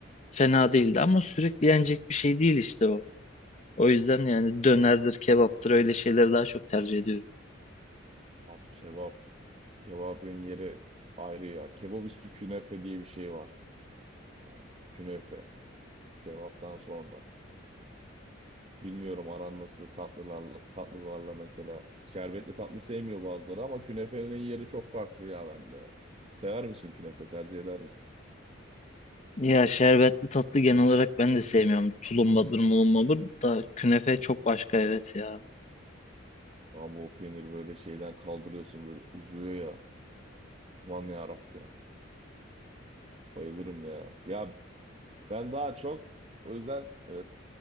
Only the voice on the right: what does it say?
Lan Kebap, Kebabın yeri ayrı ya. Kebap üstü künefe diye bir şey var. Hani künefe. Kebaptan sonra. Bilmiyorum aran nasıl tatlılarla, tatlılarla mesela. Şerbetli tatlı sevmiyor bazıları ama künefenin yeri çok farklı ya bende. Sever misin künefe? Tercih eder misin?
Ama o peynir böyle şeyden kaldırıyorsun böyle uzuyor ya. Aman ya Rabbi. Bayılırım ya. Ya Ben daha çok o yüzden e,